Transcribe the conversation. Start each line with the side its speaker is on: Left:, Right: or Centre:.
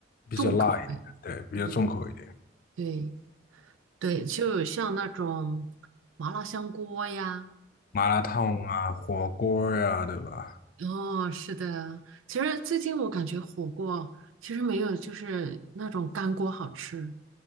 Left: 比较辣一点，
Right: 重口。
Left: 对，比较重口一点，
Right: 对对对，就像那种麻辣香锅呀。
Left: 麻辣烫啊，火锅呀、对吧？
Right: 哦，是的，其实最近我感觉火锅其实没有就是那种干锅好吃